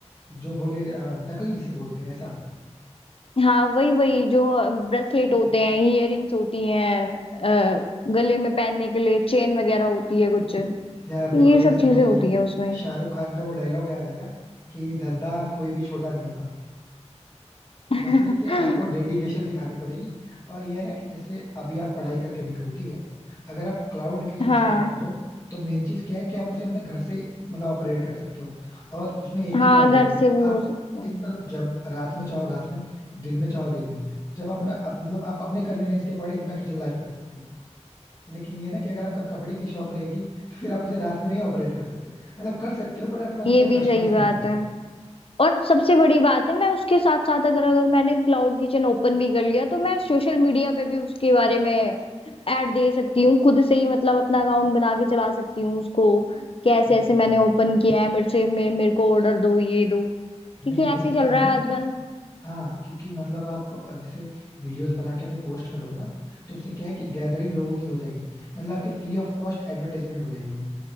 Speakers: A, on the left (about 30°); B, on the left (about 50°).
A: जो बोले अ, नकली जिसे बोलते हैं ऐसा
B: हाँ वही वही जो ब्रेसलेट होते हैं इयररिंग्स होती हैं अ, गले में पहनने के लिए चेन वगैरह होती है कुछ
A: यार
B: ये
A: देखो वैसे
B: सब चीजें
A: मुझे
B: होती है उसमें
A: शाहरुख खान का वो डायलॉग याद आ गया कि धंधा कोई भी छोटा नहीं होता
B: <laughs>
A: बस ये कि आपको डेडिकेशन दिखानी पड़ेगी और ये है ना कि जैसे अभी आप पढ़ाई करके निकलो ठीक है अगर आप क्लाउड किचन
B: हाँ
A: स्टार्ट करो तो मेन चीज क्या है कि आप उसे अपने घर से मतलब ऑपरेट कर सकते हो और उसमें एक
B: हाँ
A: चीज और भी
B: घर
A: है
B: से वो
A: आप
B: हो सकता है
A: इन मतलब जब रात में चाहो रात में दिन में चाहो दिन में जब आप अपना अप, मतलब आप अपने कन्वीनियंस के अकॉर्डिंग अपना किचन लाइफ कर सकते हो लेकिन ये ना कि अगर आपका कपड़े की शॉप रहेगी तो फिर आप उसे रात में नहीं ऑपरेट कर सकते मतलब कर सकते हो बट आपके पास
B: ये
A: उतने
B: भी
A: कस्टमर्स
B: सही बात
A: नहीं आएंगे
B: है और सबसे बड़ी बात है मैं उसके साथ साथ अगर अगर मैंने क्लाउड किचन ओपन भी कर लिया तो मैं सोशल मीडिया पे भी उसके बारे में ऐड दे सकती हूँ खुद से ही मतलब अपना अकाउंट बना के चला सकती हूँ उसको
A: Exactly
B: कि ऐसे ऐसे
A: exactly.
B: मैंने ओपन किया है मेरे से मे, मेरे को ऑर्डर दो ये दो
A: नहीं
B: क्योंकि ऐसे
A: जैसे
B: ही
A: क्या
B: चल
A: है
B: रहा
A: ना
B: है आजकल
A: कि हाँ क्योंकि मतलब आप अ, जैसे वीडियोस बना के हमें पोस्ट करोगे ना तो उससे क्या है कि गैदरिंग लोगों की हो जाएगी मतलब आपकी फ्री ऑफ कॉस्ट एडवर्टाइजमेंट हो जाएगी